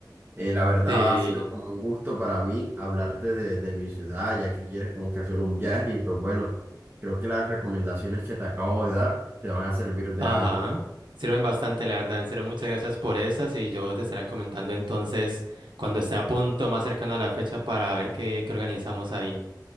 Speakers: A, on the right (about 30°); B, on the right (about 85°).
A: eh, la verdad
B: Sí.
A: ha sido como un gusto para mí hablarte de, de mi ciudad, ya que quieres como que hacer un viaje y pues bueno, creo que las recomendaciones que te acabo de dar te van a servir de
B: Ajá,
A: algo.
B: sirven bastante, la verdad. En serio, muchas gracias por esas y yo te estaré comentando entonces cuando esté a punto, más cercano a la fecha, para ver qué, qué organizamos ahí.